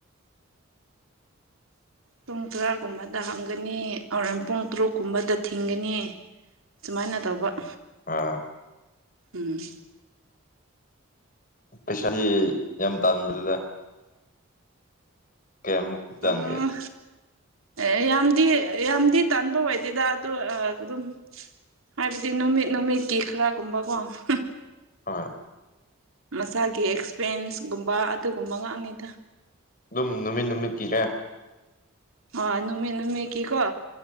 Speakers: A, on the right; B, on the left.
A: ꯄꯨꯡ ꯇꯔꯥꯒꯨꯝꯕꯥꯗ ꯍꯥꯡꯒꯅꯤ ꯍꯣꯔꯦꯟ ꯄꯨꯡ ꯇꯔꯨꯛ ꯀꯨꯝꯕꯥꯗ ꯊꯤꯡꯒꯅꯤ ꯁꯨꯃꯥꯏꯅ ꯇꯧꯕ
B: ꯑꯥ
A: ꯎꯝ
B: ꯄꯩꯁꯥꯗꯤ ꯌꯥꯝ ꯇꯥꯟꯕꯅꯤꯗ ꯀꯌꯥ ꯃꯨꯛꯇꯤ ꯇꯥꯟꯒꯦ
A: ꯑꯥ ꯑꯦ ꯌꯥꯝꯗꯤ ꯌꯥꯝꯗꯤ ꯇꯥꯟꯕ ꯑꯣꯏꯗꯦꯗ ꯑꯗꯨ ꯑꯗꯨꯝ ꯍꯥꯏꯕꯗꯤ ꯅꯨꯃꯤꯠ ꯅꯨꯃꯤꯠꯀꯤ ꯈꯔꯥꯒꯨꯝꯕꯀꯣ ꯍꯥꯍꯥ
B: ꯍꯣꯏ
A: ꯃꯁꯥꯒꯤ ꯑꯦꯛꯁꯄꯦꯟꯁ ꯒꯨꯝꯕꯥ ꯑꯗꯨꯒꯨꯝꯕ ꯉꯥꯛꯅꯤꯗ
B: ꯑꯗꯨꯝ ꯅꯨꯃꯤꯠ ꯅꯨꯃꯤꯠꯀꯤꯔ
A: ꯑꯥ ꯅꯨꯃꯤꯠ ꯅꯨꯃꯤꯠ ꯀꯤꯀꯣ